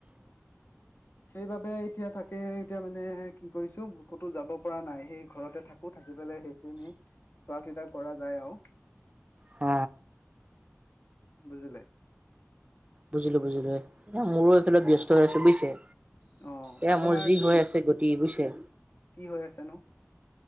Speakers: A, on the left; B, on the right.
A: সেইবাবে এতিয়া থাকে এতিয়া মানে কি কৰিছোঁ ক'তো যাব পৰা নাই সেই ঘৰতে থাকো থাকি পেলাই সেইখিনি চোৱা চিতা কৰা যায় আৰু
B: হ।
A: বুজিলে
B: বুজিলো বুজিলো, এই মোৰো এইফালে ব্যস্ত হৈ আছো বুজিছে।
A: অক্ষ
B: এয়া
A: আপোনাৰ
B: মোৰ যি
A: কি
B: হৈ আছে গতি বুজিছে
A: কি হৈ আছেনো?